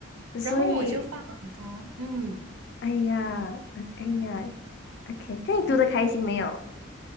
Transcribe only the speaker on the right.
然后我就放了很多，嗯，